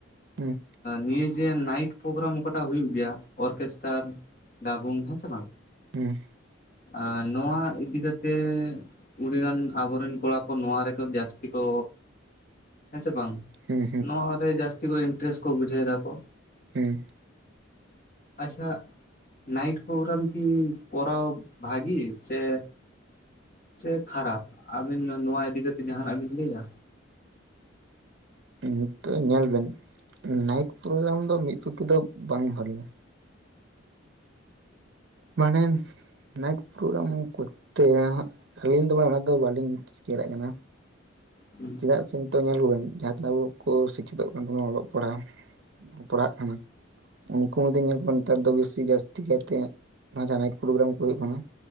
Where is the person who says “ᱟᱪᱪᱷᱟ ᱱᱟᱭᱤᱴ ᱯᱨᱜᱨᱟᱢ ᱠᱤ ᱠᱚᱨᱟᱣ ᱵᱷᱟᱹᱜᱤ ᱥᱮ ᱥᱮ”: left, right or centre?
Left